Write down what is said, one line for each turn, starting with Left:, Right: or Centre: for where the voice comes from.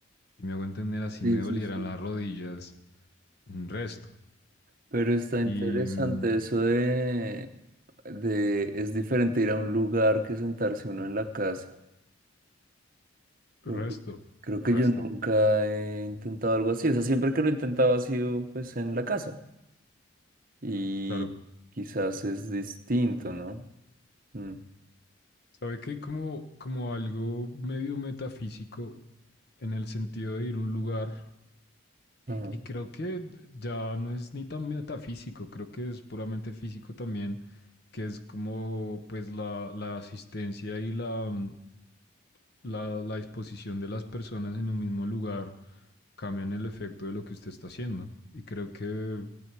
Left: Y me hago entender así
Right: Sí,
Left: me dolieran
Right: sí, sí.
Left: las rodillas un resto.
Right: Pero está interesante
Left: Y mm,
Right: eso de, de, es diferente ir a un lugar que sentarse uno en la casa. Porque
Left: resto,
Right: Creo que
Left: resto,
Right: yo nunca he intentado algo así. O sea, siempre que lo he intentado ha sido pues en la casa. Y
Left: claro.
Right: quizás es distinto, ¿no? Mm,
Left: ¿Sabe que como, como algo medio metafísico en el sentido de ir a un lugar
Right: ajá.
Left: Y, y creo que ya no es ni tan metafísico, creo que es puramente físico también, que es como pues la, la asistencia y la, mm, la, la disposición de las personas en un mismo lugar cambian el efecto de lo que usted está haciendo. Y creo que